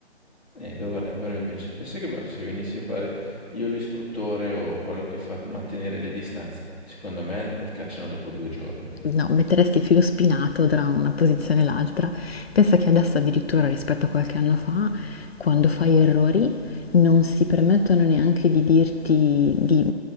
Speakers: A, in the centre; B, on the left.
A: E dovrebbero invece. Pensa che bello se venissi a fare io l'istruttore o quello che fa mantenere le distanze. Secondo me mi cacciano dopo due giorni.
B: No, metteresti il filo spinato tra una posizione e l'altra. Pensa che adesso addirittura rispetto a qualche anno fa, quando fai errori, non si permettono neanche di dirti, di,